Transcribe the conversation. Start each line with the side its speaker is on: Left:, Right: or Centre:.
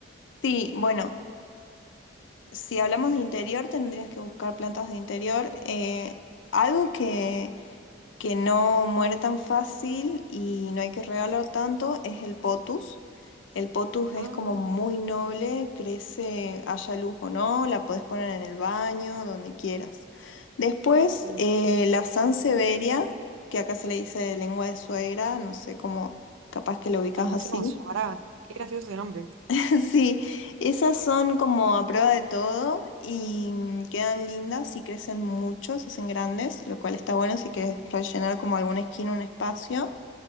Left: Sí, bueno, si hablamos de interior, tendrías que buscar plantas de interior. eh, algo que que no muere tan fácil y no hay que regalar tanto es el potus. El potus es
Right: Ah,
Left: como muy noble, crece, haya luz o no, la podés poner en el baño, donde quieras. Después,
Right: ok.
Left: eh, la sansevieria, que acá se le dice lengua de suegra, no sé cómo, capaz que lo ubicas
Right: Ay, no
Left: así.
Right: sé cómo se llamará. Qué gracioso ese nombre.
Left: <laughs> Sí, esas son como a prueba de todo y mm, quedan lindas y crecen mucho, se hacen grandes, lo cual está bueno si quieres rellenar como alguna esquina, un espacio.